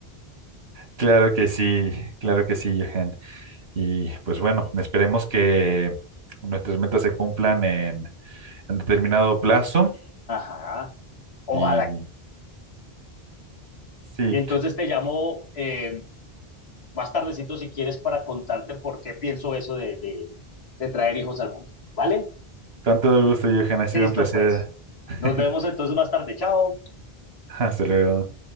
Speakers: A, on the right; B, on the left.
A: claro que sí, claro que sí, Johan. Y pues bueno, esperemos que nuestras metas se cumplan en, en determinado plazo.
B: Ajá, ojalá.
A: Y sí,
B: Y entonces te llamo eh, más tardecito si quieres para contarte por qué pienso eso de, de de traer hijos al mundo. ¿Vale?
A: con todo gusto, Johan, ha sido
B: Listo,
A: un placer.
B: pues.
A: <laughs>
B: Nos vemos entonces más tarde. Chao.
A: Hasta luego.